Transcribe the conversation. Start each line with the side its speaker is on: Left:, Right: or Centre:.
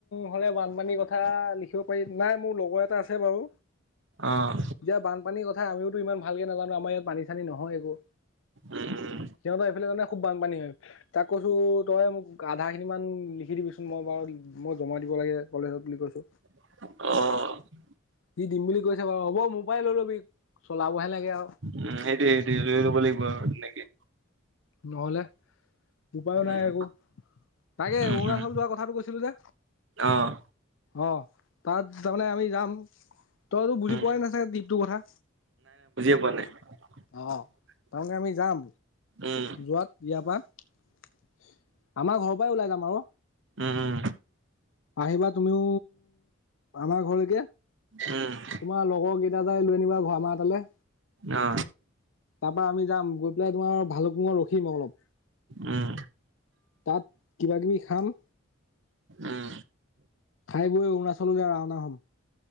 Left: হ'লে বানপানীৰ কথা লিখিব পাৰি। নাই মোৰ লগৰ এটা আছে বাৰু।
Right: অ',
Left: এতিয়া বানপানীৰ কথা আমিওতো ইমান ভালকে নাজানো। আমাৰ ইয়াত পানী-চানী নহয় একো।
Right: উম, উম,
Left: সিহঁত এইফালে <unintelligible> খুব বানপানী হয়, তাক কৈছো তই মোক আধা খিনি মান লিখি দিবিচোন মই বাৰু মই জমা দিব লাগে কলেজত বুলি কৈছো।
Right: অ
Left: দি দিম বুলি কৈছে বাৰু হ'ব মোৰ পৰা লৈ ল'বি চলাবহে লাগে। আৰু
Right: উম সেইটোৱে সেইটোৱে লৈ লব লাগিব আৰু নেকি?
Left: নহলে উপায়ো
Right: উম,
Left: নাই একো। তাকে
Right: উম,
Left: অৰুণাচল
Right: উম,
Left: যোৱা কথাটো কৈছিলো যে
Right: অ',
Left: অ তাত তাৰমানে আমি যাম তইতো বুজি
Right: উম,
Left: পোৱাই নাই চাগে টিপটো কথা?
Right: <unintelligible>
Left: অ তাৰমানে আমি যাম
Right: উম,
Left: যোৱাত ইয়াৰ পৰা আমাৰ ঘৰৰ পৰাই ওলাই যাম আৰু।
Right: উম, উম,
Left: আহিবা তুমিও। আমাৰ ঘৰলৈকে তোমাৰ
Right: উম,
Left: লগৰ কেইটা যাই লৈ আনিবা আমাৰ তালে।
Right: অ
Left: তাৰ পৰা আমি যাম গৈ পেলাই তোমাৰ ভালুক মুখত ৰখিম অলপ।
Right: উম,
Left: তাত কিবা-কিবি খাম।
Right: উম।
Left: খাই-বৈ অৰুণাচললৈ ৰাওনা হ'ম।